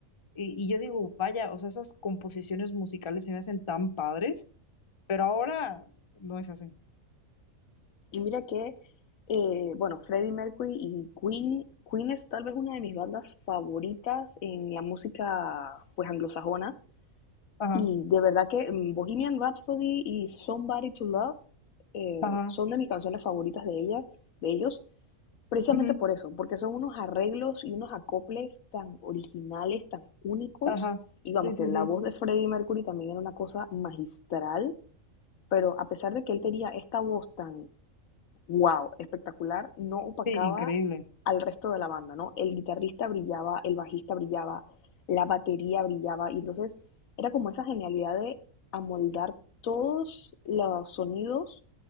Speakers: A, on the left; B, on the left.
A: y, y yo digo, vaya, o sea, esas composiciones musicales se me hacen tan padres, pero ahora no es así.
B: Y mira que, eh, bueno, Freddie Mercury y Queen, Queen es tal vez una de mis bandas favoritas en la música, pues, anglosajona.
A: Ajá,
B: Y de verdad que mm, Bohemian Rhapsody y Somebody to Love eh,
A: ajá,
B: son de mis canciones favoritas de ella, de ellos. Precisamente
A: ujú,
B: por eso, porque son unos arreglos y unos acoples tan originales, tan únicos.
A: ajá.
B: Y vamos,
A: Sí,
B: que
A: sí,
B: la
A: sí.
B: voz de Freddie Mercury también era una cosa magistral, pero a pesar de que él tenía esta voz tan Wow, espectacular, no opacaba
A: Sí, increíble.
B: al resto de la banda, ¿no? El guitarrista brillaba, el bajista brillaba, la batería brillaba, y entonces era como esa genialidad de amoldar todos los sonidos